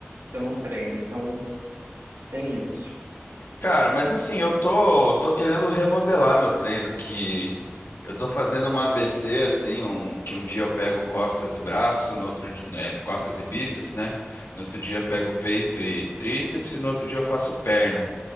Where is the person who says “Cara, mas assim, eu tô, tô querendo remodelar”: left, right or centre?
Left